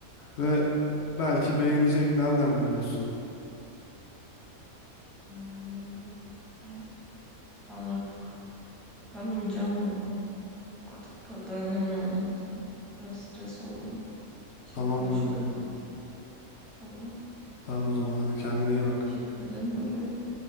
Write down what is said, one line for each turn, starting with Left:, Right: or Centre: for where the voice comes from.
Left: Ve belki beğenecek nereden biliyorsun?
Centre: Bilmiyorum ya. Neyse ben artık ben uyuyacağım ya. Artık dayanamıyorum zaten. Biraz stres oldum. Şimdi
Left: Tamam
Centre: konuşuyorduk
Left: bebeğim.
Centre: onunla. Tamam.
Left: Tamam o zaman hadi kendine iyi bak.
Centre: Teşekkür ederim bebeğim.